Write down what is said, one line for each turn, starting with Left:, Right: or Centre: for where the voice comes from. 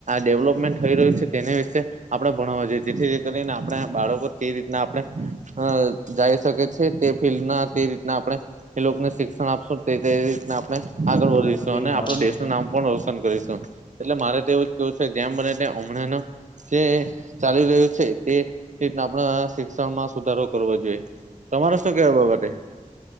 Right: ડેવલપમેન્ટ થઈ રહ્યું છે તેના વિશેે આપણે ભણવા જોઈએ જેથી કરીને આપણે બાળકો તે રીતના આપણે અ જાઈ શકે છે તે ફિલ્ડમાં તે રીતના આપણે એ લોકોને શિક્ષણ આપશું તે તે આપણે આગળ વધીશું
Left: આખો દિવસ
Right: અને
Left: તમારી
Right: આપણ દેશનું નામ પણ રોશન કરીશું એટલે મારે તેવું કું છે જેમ બને ત હમણાં જે ચાલી રહ્યું છે તે એ રીતના આપણે શિક્ષણ માં સુધારો કરવો જોઈએ તમારે શું કેવાય બાબતે